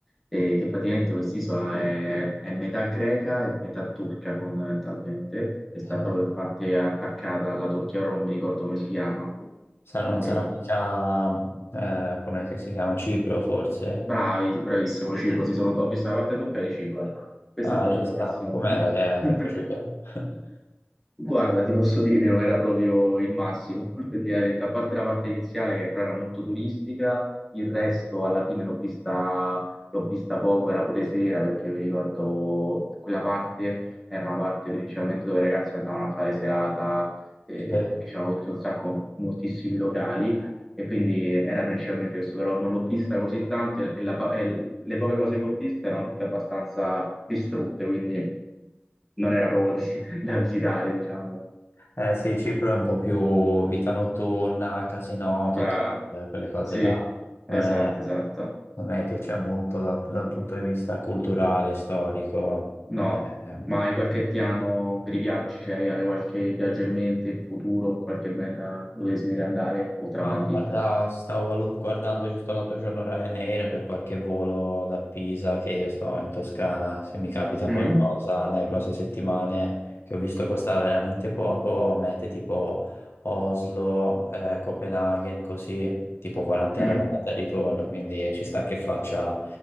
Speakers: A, in the centre; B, on the left (about 75°).
A: eh, che praticamente quest'isola è, è metà greca e metà turca fondamentalmente, e sta
B: eh,
A: proprio infatti attaccata alla Turchia, ora non mi ricordo come si chiama.
B: sarà- non
A: Eh,
B: sarà mica, eh, com'è che si chiama, Cipro forse?
A: bravi, bravissimo Cipro, sì, sono- ho visto la parte turca di Cipro, ecco, questo
B: Ah,
A: è stato
B: ci
A: il mio
B: sta.
A: massimo.
B: Com'era? Ti è,
A: <laughs>
B: ti è piaciuto? <laughs>
A: Guarda, ti posso dire, non era proprio il massimo, <laughs> effettivamente, a parte la parte iniziale che però era molto turistica, il resto alla fine l'ho vista, l'ho vista poco, era pure sera perché mi ricordo quella parte era una parte principalmente dove i ragazzi andavano a fare serata, eh,
B: Sì.
A: perché c'erano tutti un sacco, moltissimi locali e quindi era principalmente questo, però non l'ho vista così tanto e, la pa- e le poche cose che ho visto erano tutte abbastanza distrutte, quindi non era proprio da visitare, diciamo.
B: Eh sì, Cipro è un po' più vita notturna, casino,
A: Brava.
B: tutte quelle quelle cose
A: Sì,
B: là. Non
A: esatto,
B: è,
A: esatto.
B: non è che c'è molto da- dal punto di vista culturale, storico. Non
A: No,
B: è-
A: ma hai qualche piano per i viaggi? Cioè, hai qualche viaggio in mente in futuro, qualche meta dove desideri andare, oltre
B: Ah,
A: a Madrid?
B: guarda, stavo valut- guardando giusto l'altro giorno Ryanair per qualche volo da Pisa che io sto in Toscana. Se mi capita qualcosa
A: Mm?
B: nelle prossime settimane che ho visto costava veramente poco, mete tipo Oslo, eh, Copenaghen, così, tipo 40
A: Mm?
B: euro andata e ritorno, quindi ci sta che faccia